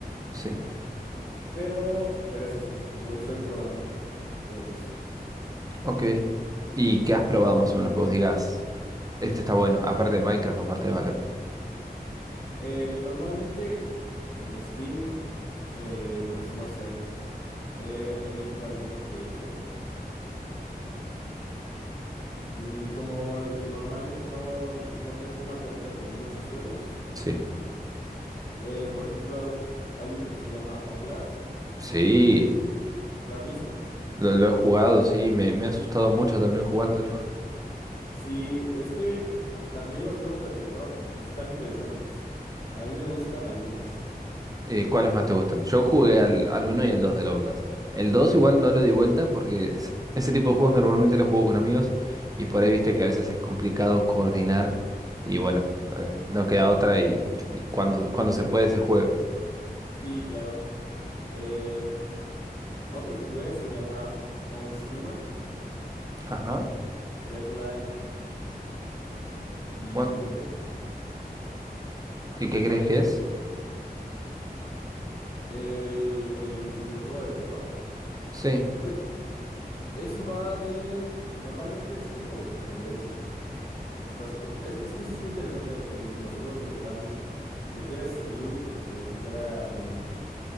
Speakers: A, on the right; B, on the left.
A: Sí,
B: Pero, pero es eso, me gusta ir probando juegos.
A: ok. ¿Y qué has probado más o menos que vos digas, este está bueno, aparte de Minecraft, aparte de Valorant?
B: Eh, normalmente en Steam, eh, pues no sé, he, he visto alguno que mm, como l- normalmente no, no tengo una cuenta con muchos juegos,
A: Sí.
B: eh, por ejemplo, hay uno que se llama Outlast.
A: Sí,
B: ¿O- ¿Lo has visto?
A: lo, lo he jugado, sí, me, me he asustado mucho también jugándolo.
B: Sí, es que también los juegos de terror están interesantes. A mí me gustan algunos.
A: Eh, ¿cuáles más te gustan? Yo jugué al, al 1 y al 2 del Oblast. El 2 igual no lo di vuelta porque es- ese tipo de juegos normalmente los juego con amigos y por ahí viste que a veces es complicado coordinar y bueno, eh, no queda otra y, y cuando, cuando se puede se juega.
B: Sí, claro. Eh, otro que jugué se llama Once Human,
A: Ajá.
B: Deadlight, y
A: Bueno,
B: creo que es
A: ¿y qué crees
B: pa-
A: que
B: eh,
A: es?
B: el, el videojuego de terror.
A: Sí,
B: Pues ese va de... Normalmente es como de supervivencia. Estás como... Es, es que eso está interesante, el- los juegos de que van... de que eres el único que queda en